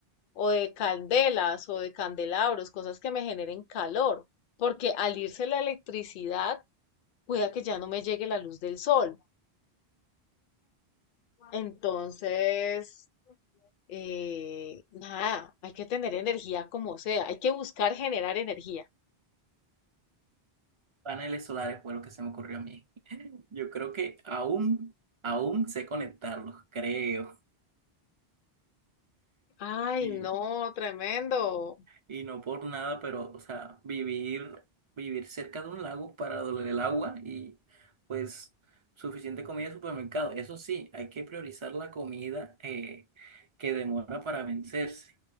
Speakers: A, on the left; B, on the right.
A: o de candelas o de candelabros, cosas que me generen calor, porque al irse la electricidad, cuida que ya no me llegue la luz del sol. Entonces, eh, nada, hay que tener energía como sea, hay que buscar generar energía.
B: Paneles solares fue lo que se me ocurrió a mí. Yo creo que aún, aún sé conectarlos, creo.
A: Ay,
B: Y,
A: no, tremendo.
B: y no por nada, pero, o sea, vivir, vivir cerca de un lago para doler el agua y pues suficiente comida en supermercado. Eso sí, hay que priorizar la comida eh, que demora para vencerse.